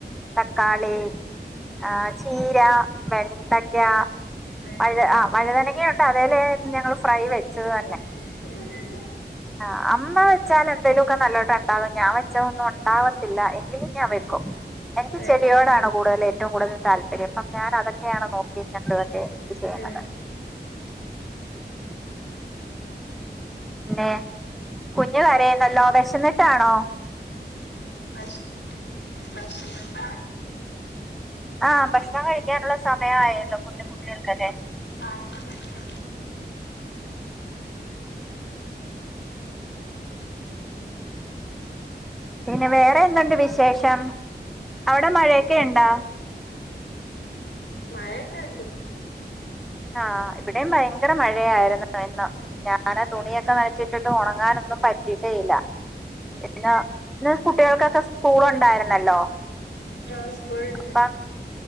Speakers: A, in the centre; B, on the left.
A: തക്കാളി
B: ഏഹ്
A: ആഹ് ചീര, വെണ്ടക്ക,
B: ഏഹ്
A: വഴ്ത ആ വഴ്തനങ്ങയു ഇന്ന് അതെലെ ഞങ്ങള് ഫ്രൈ വെച്ചത് തന്നെ.
B: <unintelligible>
A: ആ അമ്മ വെച്ചാല് എന്തേലൊക്കെ നല്ലോട്ട ഇണ്ടാവും. ഞാൻ വെ ച്ച ഒന്നു ഉണ്ടാവത്തില്ല. എങ്കിലും ഞാൻ വെക്കും. എനിക്ക്
B: ഏഹ്
A: ചെടിയോടാണ് കൂടുതല് ഏറ്റവും കൂടുതല് താല്പര്യം ഇപ്പം ഞാന് അതന്നെയാണ് നോക്കിയും കണ്ട് ഒക്കെ ഇത്
B: ആഹ്
A: ചെയ്യ്ണത്. പിന്നെ, കുഞ്ഞു കരയുന്നല്ലോ വെശന്നിട്ടാണോ?
B: അയ്ശ് വെശന്നിട്ടാണ്
A: ആ ഭക്ഷണം കഴിക്കാനുള്ള സമയ ആയല്ലോന്റെ ഫുഡ്‌ കുട്ടികൾക്കല്ലേ
B: ആ ഇപ്പം വെയ്ക്കും.
A: പിന്നെ, വേറെ എന്തുണ്ട് വിശേഷം അവിടെ മഴയൊക്കെ ഇണ്ടോ?
B: മഴക്കെ ഇണ്ട്.
A: ആഹ്, ഇവിടേം ഭയങ്കര മഴയായിര്ന്നു ഇന്ന്. ഞാന ആ തുണിയൊക്കെ നനച്ചിട്ടിട്ട് ഒണങ്ങാനൊന്നും പറ്റീട്ടേ ഇല്ല. എന്തിനാ, ഇന്ന് കുട്ടിയൾക്കൊക്കെ സ്കൂള് ഉണ്ടായിരുന്നല്ലോ.
B: ആഹ് സ്കൂള്ണ്ട്.
A: അപ്പം